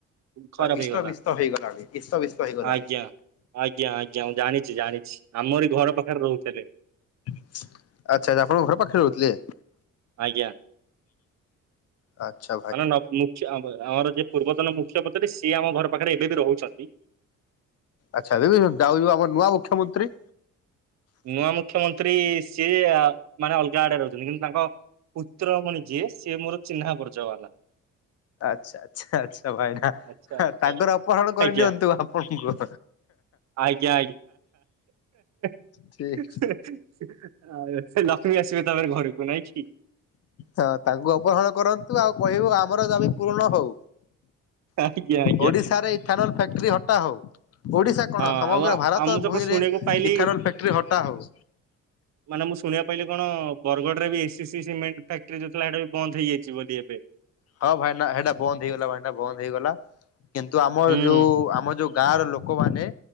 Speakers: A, on the right; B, on the left.
A: ଖରାପ
B: ଇଷ୍ଟ
A: ହେଇଗଲା
B: ବିଷ୍ଟ ହେଇଗଲାଣି ଇଷ୍ଟ ବିସ୍ତ ହେଇଗଲାଣି
A: ଆଜ୍ଞା। ଆଜ୍ଞା ଆଜ୍ଞା ଜାଣିଛି ଜାଣିଛି ଆମରି ଘର ପାଖରେ ରହୁଥିଲେ
B: ଆଚ୍ଛା ଆଛା ଆପଣଙ୍କ ଘର ପାଖରେ ରହୁଥିଲେ
A: ଆଜ୍ଞା
B: ଆଚଛା
A: ମାନେ ମୁଖ୍ୟ ଆମର ଯ ପୂର୍ବତନ ମୁଖ୍ୟ ପ ସିଏ ଆମ ଘର ପାଖରେ ଏବେ ବି ରହୁଛନ୍ତି
B: ଆଚ୍ଛା ଦଦି ଯାଉ ଯିବ ଆମର ନୂଆ ମୁଖ୍ୟମନ୍ତ୍ରୀ
A: ନୂଆ ମୁଖ୍ୟମନ୍ତ୍ରୀ ସିଏ ମାନେ ଅଲଗା ଆଡେ ରହୁଛନ୍ତି କିନ୍ତୁ ତାଙ୍କ ପୁତ୍ରମଣି ଯିଏ ସିଏ ମୋର ଚିହ୍ନା ବର୍ଜ ହେଲା
B: ଆଚ୍ଛା ଆଚ୍ଛା ଆଚ୍ଛା ଭାଇନା
A: ଆଚ୍ଛା ଆଚ୍ଛା
B: ତାଙ୍କର ଅପହରଣ କରିନିଅନ୍ତୁ
A: ଆଜ୍ଞା।
B: ଆପଣଙ୍କୁ
A: ୟା ଆଉ
B: ଠିକ
A: ଲକ୍ଷ୍ମୀ ଆସିବେ ତମର ଘରକୁ ନାଇଁ କି।
B: ହଁ ତାଙ୍କୁ ଅପହରଣ କରନ୍ତୁ ଆଉ କହିବୁ ଆମର ଜମି ପୂରଣ ହଉ
A: ଆଜ୍ଞା ଆଜ୍ଞା
B: ଓଡିଶାରେ ଖାରଲ୍ ଫ୍ୟାକ୍ଟ୍ରି ହଟା ହଉ ଓଡିଶା କଣ
A: ହଁ
B: ସମଗ୍ର
A: ଆଉ ଆ-
B: ଭାରତ
A: ଆଉ ମୁଁ ତ
B: ଭୂଇଁରେ
A: କଣ ଶୁଣିବାକୁ ପାଇଲି
B: ଖାରଲ୍ ଫ୍ୟାକ୍ଟ୍ରି ହଟା ହଉ।
A: ମାନେ ମୁଁ ଶୁଣିବା ପାଇଲିି କଣ ବରଗଡରେ ବି A C C cement factory ଯୋଉଥିଲା ସେଟା ବି ବନ୍ଦ ହେଇଯାଇଛି ବୋଲି ଏବେ।
B: ହଁ ଭାଇନା ସେଇଟା ବନ୍ଦ ହେଇଗଲା ଭାଇନା ବନ୍ଦ ହେଇଗଲା କିନ୍ତୁ ଆମ
A: ହୁଁ।
B: ଯୋଉ ଆମ ଯୋଉ ଗାଁର ଲୋକମାନେ